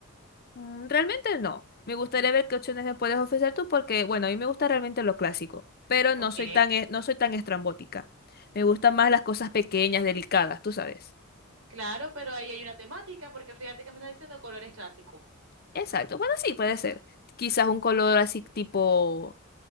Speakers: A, on the left; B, on the right.
A: Mm, Realmente no. Me gustaría ver qué opciones me puedes ofrecer tú porque, bueno, a mí me gusta realmente lo clásico, pero no
B: Ok,
A: soy tan, e- no soy tan estrambótica. Me gustan más las cosas pequeñas, delicadas, tú sabes.
B: claro, pero ahí hay una temática porque fíjate que me estás diciendo colores clásicos.
A: Exacto. Bueno, sí, puede ser. Quizás un color así tipo